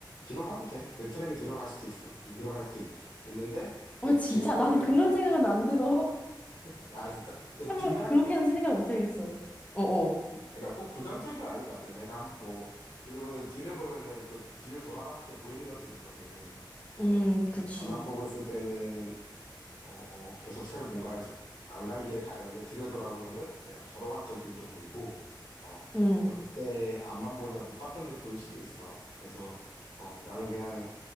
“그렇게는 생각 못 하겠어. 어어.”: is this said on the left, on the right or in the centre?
Left